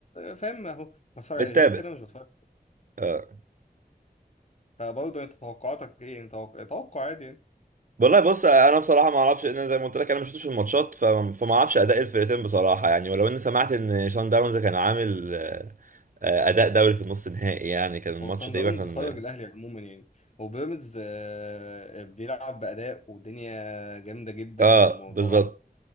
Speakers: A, on the left; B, on the right.
A: فاهم اهو بتفرج
B: بتابع
A: عليه غير كده مش بتفرج
B: آه.
A: فبرضه انت توقعاتك ايه يعني توقع, توقع عادي يعني
B: والله بص انا بصراحه ما اعرفش ان زي ما قلت لك انا ما شفتش الماتشات ف- فما اعرفش اداء الفرقتين بصراحه يعني ولو اني سمعت ان شان داونز كان عامل آه، آه، اداء دوري في النص نهائي يعني كان الماتش
A: هو صن
B: تقريبا
A: داونز
B: كان
A: خرج الاهلي عموما يعني وبيراميدز آه، بيلعب باداء والدنيا جامده جدا
B: اه
A: والموضوع
B: بالظبط